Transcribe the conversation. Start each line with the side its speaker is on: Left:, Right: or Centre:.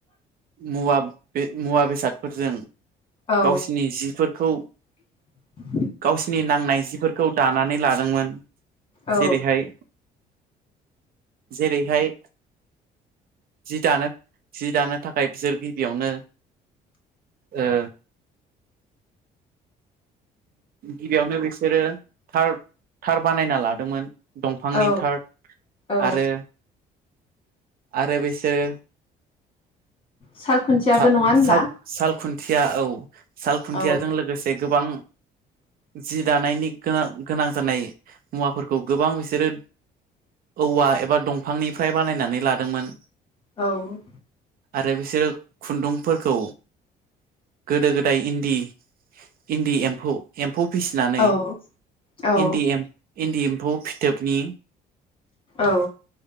Right: मुवा बे मुवा बेसादफोरजों
Left: औ
Right: गावसिनि जिफोरखौ
Left: <unintelligible>
Right: गावसिनि नांनाय जिफोरखौ दानानै लादोंमोन
Left: औ
Right: जेरैहाय जेरैहाय जि दानो जि दानो थाखाय खाय बिसोर गिबियावनो ओ गिबियावनो बिसोरो थार थार बानायना ला दोंमोन दंफांनि
Left: औ
Right: थार
Left: औ
Right: आरो आरो बैसोरो
Left: साल खुन्थियाबो
Right: तार
Left: नङा होनब्ला?
Right: साल सालखुन्थिया औ साल खुन्थियाजों
Left: औ
Right: लोगोसे गोबां
Left: <unintelligible>
Right: जि दानायनि गोनां गोनां जानाय मुवाफोरखौ गोबां बिसोरो औवा एबा दंफांनिफ्राय बानायनानै लादोंमोन
Left: औ
Right: आरो बिसोरो खुन्दुंफोरखौ गोदो गोदाय इन्दि इन्दि एम्फौ एम्फौ फिसिनानै
Left: औ औ
Right: इन्दि एम इन्दि एम्फौ फिथोबनि
Left: औ